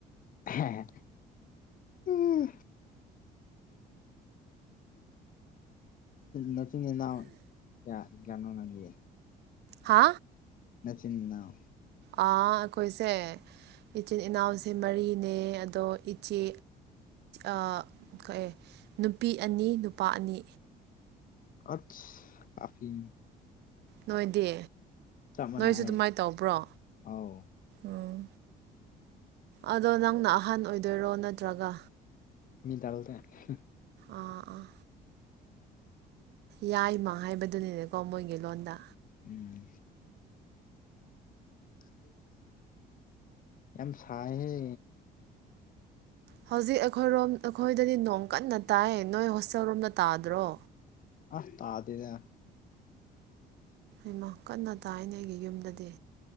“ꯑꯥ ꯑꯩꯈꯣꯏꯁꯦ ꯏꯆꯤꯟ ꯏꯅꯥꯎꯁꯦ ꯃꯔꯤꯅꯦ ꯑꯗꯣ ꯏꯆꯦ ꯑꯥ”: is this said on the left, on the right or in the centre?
Right